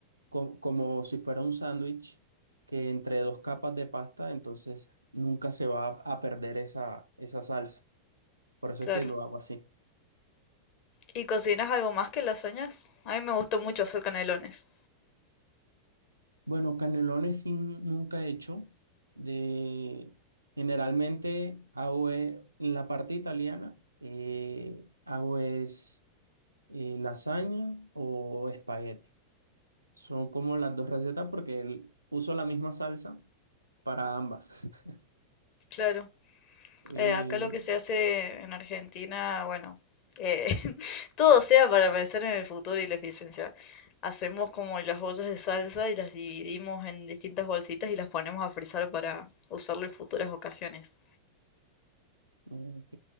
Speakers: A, on the right (about 80°); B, on the left (about 45°).
A: co- como si fuera un sándwich que entre dos capas de pasta, entonces nunca se va a, a perder esa, esa salsa. Por eso
B: claro.
A: es que lo hago así.
B: ¿Y cocinas algo más que lasañas? A mí me gustó mucho hacer canelones.
A: Bueno, canelones sí nunca he hecho. De, generalmente hago eh, en la parte italiana, eh, hago es y lasaña o espagueti. Son como las dos recetas porque el- uso la misma salsa para ambas. <laughs>
B: Claro.
A: Eh,
B: Eh, acá lo que se hace en Argentina, bueno, eh, <laughs> todo sea para pensar en el futuro y la eficiencia. Hacemos como las bolsas de salsa y las dividimos en distintas bolsitas y las ponemos a frizar para usarlo en futuras ocasiones.
A: ok.